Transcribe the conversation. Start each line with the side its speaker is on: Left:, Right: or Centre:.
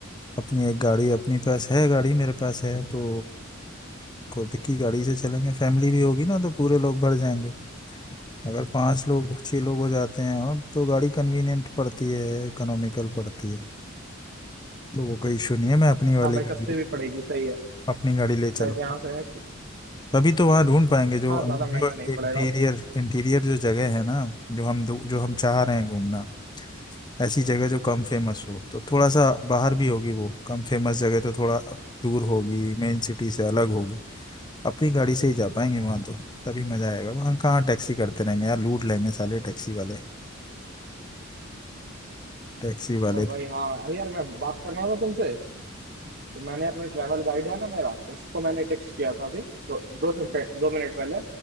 Left: अपनी एक गाड़ी अपने पास है गाड़ी मेरे पास है तो खुद की गाड़ी से चलेंगे फैमिली भी होगी ना तो पूरे लोग भर जाएंगे अगर पांच लोग छह लोग हो जाते हैं और तो गाड़ी कन्वीनियंट पड़ती है इकोनॉमिकल पड़ती है तो वो कोई इशू नहीं है मैं अपनी वाली
Right: हाँ भाई सस्ते
Left: गाड़ी
Right: भी पड़ेगी सही है
Left: अपनी गाड़ी ले चलूंगा
Right: लाइक यहाँ से है कि-
Left: तभी तो वहाँ ढूंढ पाएंगे जो
Right: हाँ ज्यादा महंगा
Left: जो
Right: नहीं
Left: इंटीरियर
Right: पड़ेगा
Left: इंटीरियर जो जगह है ना जो हम जो हम चाह रहे हैं घूमना ऐसी जगह जो कम फेमस हो तो थोड़ा सा बाहर भी होगी वो कम फेमस जगह तो थोड़ा दूर होगी मेन सिटी से अलग होगी अपनी गाड़ी से ही जा पाएंगे वहां तो तभी मजा आएगा वहां कहाँ टैक्सी करते रहेंगे यार लूट लेंगे साले टैक्सी वाले टैक्सी वाले
Right: ओ भाई हाँ अरे यार मैं बात करना था तुमसे तो मैंने अपने ट्रैवल गाइड है ना मेरा उसको मैंने टेक्स्ट किया था अभी तो दो मिनट दो मिनट पहले